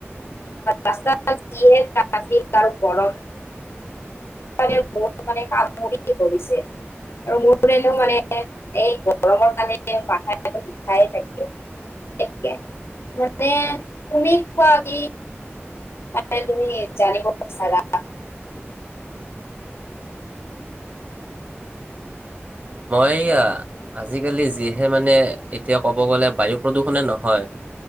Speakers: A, on the left (about 65°); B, on the right (about 35°).
A: ৰাস্তা যহে আৰু গৰম নে মোৰ মানে কাম মৰি কৰিছে আৰু মোৰনো মানে এই গৰমৰ কাৰণে মাথাৰ বিখাই থাকে মানে তুমি কোৱামি ম তুমি জানিব বিচাৰা
B: মইয়া আজিকালি যিহে মানে। এতিয়া ক'ব গ'লে বায়ু প্ৰদূষণে নহয়